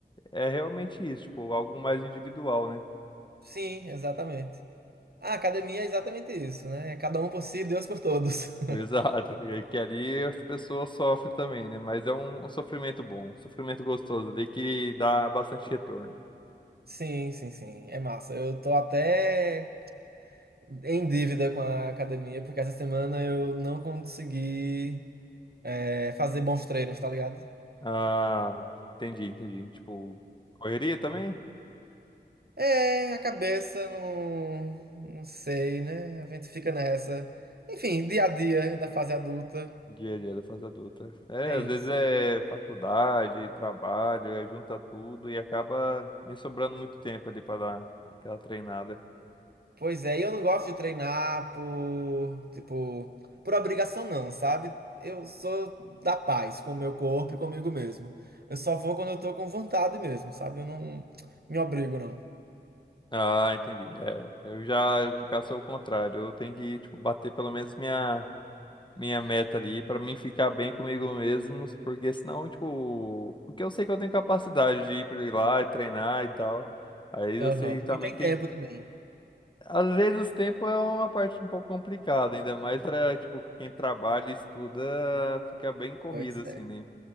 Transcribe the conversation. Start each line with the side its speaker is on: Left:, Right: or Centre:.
Left: é realmente isso, tipo, algo mais individual, né?
Right: sim, exatamente. A academia é exatamente isso, né? É Cada um por si, Deus por todos.
Left: <laughs>
Right: <laughs>
Left: Exato. E aí que ali as pessoas sofrem também, né? Mas é um, um sofrimento bom, um sofrimento gostoso ali que dá bastante retorno.
Right: Sim, sim, sim. É massa. Eu tô até em dívida com a academia, porque essa semana eu não consegui, é, fazer bons treinos, tá ligado?
Left: Ah, entendi, entendi. Tipo, correria também?
Right: É, a cabeça não, não sei, né? A gente fica nessa. Enfim, dia a dia da fase adulta.
Left: Dia a dia da fase adulta. É,
Right: É
Left: às
Right: isso.
Left: vezes é faculdade, trabalho, aí junta tudo e acaba nem sobrando muito tempo ali para dar aquela treinada.
Right: Pois é, e eu não gosto de treinar por, tipo, por obrigação não, sabe? Eu sou da paz com o meu corpo e comigo mesmo. Eu só vou quando eu tô com vontade mesmo, sabe? Eu não me obrigo, não.
Left: Ah, entendi. É, eu já, no caso, sou o contrário. Eu tenho que, tipo, bater pelo menos minha. minha meta ali pra mim ficar bem comigo mesmo, porque senão, tipo, porque eu sei que eu tenho capacidade de ir pra lá e treinar e tal. Aí eu
Right: Aham.
Left: sei que também
Right: E tem
Left: tem,
Right: tempo também.
Left: às vezes o tempo é uma parte um pouco complicada, ainda mais pra, tipo, quem trabalha e estuda, fica bem corrido
Right: Pois
Left: assim,
Right: é,
Left: né?